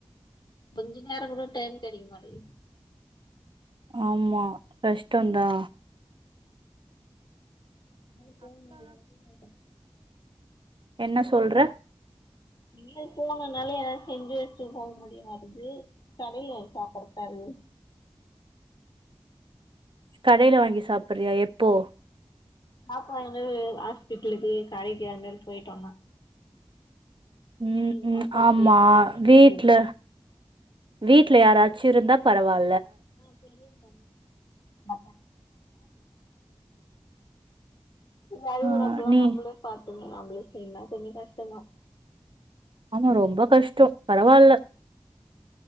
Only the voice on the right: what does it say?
ஆமா கஷ்டொந்தா
என்ன சொல்ற
கடைல வாங்கி சாப்புறியா எப்போ
உம்
உம்
ஆமா
வீட்டுல வீடல யாராச்சும் இருந்தா பரவால
ஆ நீ
ஆமா ரொம்ப கஷ்டம் பரவாயில்ல